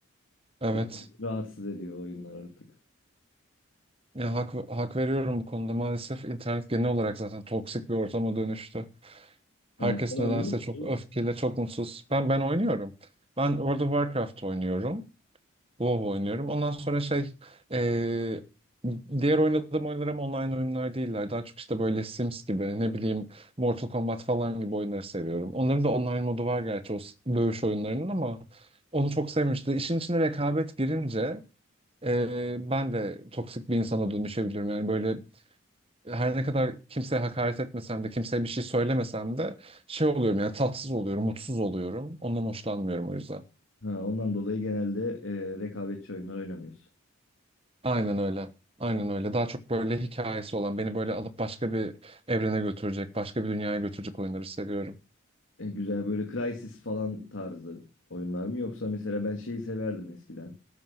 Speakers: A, on the right (about 25°); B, on the left (about 65°).
A: Evet.
B: bir rahatsız ediyor oyunlar artık.
A: Ya hak, hak veriyorum bu konuda. Maalesef internet genel olarak zaten toksik bir ortama dönüştü.
B: Aynen.
A: Herkes
B: Sen oynuyor
A: nedense
B: musun?
A: çok öfkeli, çok mutsuz. Ben ben oynuyorum. Ben World of Warcraft oynuyorum. WoW oynuyorum. Ondan sonra şey, eee, diğer oynadığım oyunlar ama online oyunlar değiller. Daha çok işte böyle Sims gibi, ne bileyim Mortal Kombat falan gibi oyunları seviyorum. Onların da online modu var gerçi o s- dövüş oyunlarının ama onu çok sevmişti. İşin içine rekabet girince ee, ben de toksik bir insana dönüşebiliyorum. Yani böyle her ne kadar kimseye hakaret etmesem de, kimseye bir şey söylemesem de şey oluyorum yani tatsız oluyorum, mutsuz oluyorum. Ondan hoşlanmıyorum o yüzden.
B: Ha, ondan dolayı genelde e, rekabetçi oyunlar oynamıyorsun.
A: Aynen öyle. Aynen öyle. Daha çok böyle hikayesi olan, beni böyle alıp başka bir evrene götürecek, başka bir dünyaya götürecek oyunları seviyorum.
B: E, güzel böyle Crysis falan tarzı oyunlar mı? Yoksa mesela ben şeyi severdim eskiden.